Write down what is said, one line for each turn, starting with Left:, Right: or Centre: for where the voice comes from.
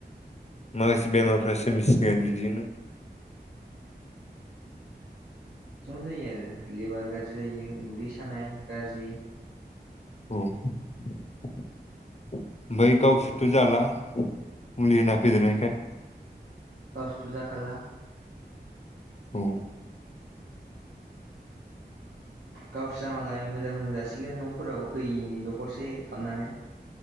Left: माखासे बेमारफ्रा सोमजिगोन बेजोंनो
Right: एसेबां जायो आरो लेबार गाज्रि जायो उदै सानाय गाज्रि
Left: औ ओमफ्राय गावसोरथ' जाला मुलि होना फैदेरनायखाय
Right: गावसथु जाखाला
Left: औ
Right: गावसना मालाय मोजां मोजां जासिगोन न'फोराव होयिनि दखरसे खालामामनानै